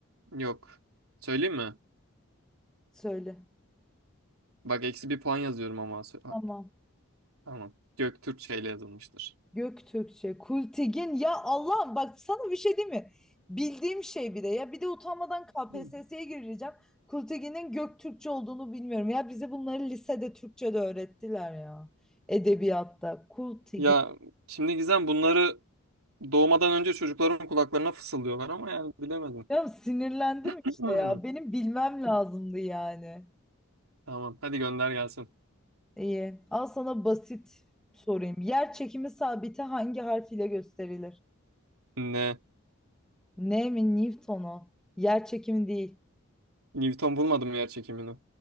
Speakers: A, on the right (about 85°); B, in the centre.
A: Yok. Söyleyeyim mi?
B: Söyle.
A: Bak eksi bir puan yazıyorum ama. sö- ha,
B: Tamam.
A: Tamam. Göktürkçe ile yazılmıştır.
B: Göktürkçe, Kultigin ya Allah'ım bak sana bir şey diyeyim mi? Bildiğim şey bir de ya bir de utanmadan KPSS'ye
A: Hı.
B: gireceğim. Kultigin'in Göktürkçe olduğunu bilmiyorum. Ya bize bunları lisede Türkçe'de öğrettiler ya. Edebiyatta Kultigin.
A: Ya şimdi Gizem bunları doğmadan önce çocukların kulaklarına fısıldıyorlar ama yani bilemedim.
B: Ya sinirlendim
A: <clears throat>
B: işte ya. Benim bilmem lazımdı yani.
A: Tamam hadi gönder gelsin.
B: İyi. Al sana basit sorayım. Yer çekimi sabiti hangi harf ile gösterilir?
A: Ne?
B: Ne mi Newton'u? Yer çekimi değil.
A: Newton bulmadım yer çekimini.